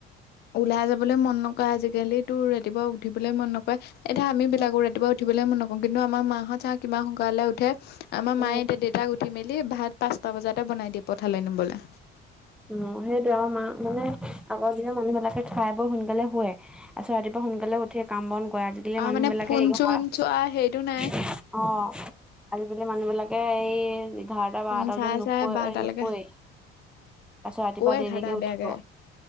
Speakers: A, on the left (about 50°); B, in the centre.
A: ওলাই যাবলৈ মন নকৰে আজিকালি তোৰ ৰাতিপুৱা উঠিবলৈ মন নকয়, এতিয়া আমি
B: উম
A: বিলাকো ৰাতিপুৱা উ- উঠিবলৈ মই নকওঁ কিন্তু আমাৰ মাহঁত চা আৰু কিমান সোনকালে উঠে আমাৰ
B: উম
A: মায়ে এতিয়া দেউতাক উঠ- উঠি মেলি ভাত পাঁচটা বজাতে বনাই দিয়ে পথালে নিবলে।
B: অ সেইটোৱে আমাৰ মা মানে আগৰ দিনৰ মানুহবিলাকে খাই বৈ সোনকালে শুৱে আচ্ছা ৰাতিপুৱা সোনকালে উঠিয়ে কাম বন কৰে আজিকালি
A: আৰু
B: মানুহ
A: মানে
B: বিলাকে
A: ফোন
B: এই খন
A: চোন
B: কাম
A: চোৱা সেইটো নাই
B: অ আজিকালি মানুহ বিলাকে এই এঘাৰটা,
A: ফোন
B: বাৰটা
A: চাই
B: নুশুৱে
A: চাই বাৰটালৈকে
B: নুশুৱেই তাৰপাছত ৰাতিপুৱা
A: কৈ
B: দেৰি
A: এঘাৰটা
B: দেৰিকে উঠিব।
A: বেয়াকে